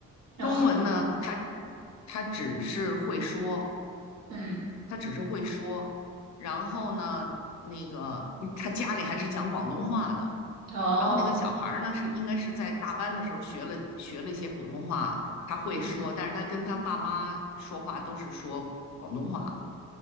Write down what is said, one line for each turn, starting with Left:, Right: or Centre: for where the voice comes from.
Right: 然后
Left: 中文呢，他他只是会说，
Right: 嗯，
Left: 他只是会说，然后呢，那个他家里还是讲广东话的。
Right: 哦，
Left: 然后那个小孩儿呢，是应该是在大班的时候学了学了一些普通话，他会说，
Right: 嗯，
Left: 但是他跟他爸妈说话都是说广东话，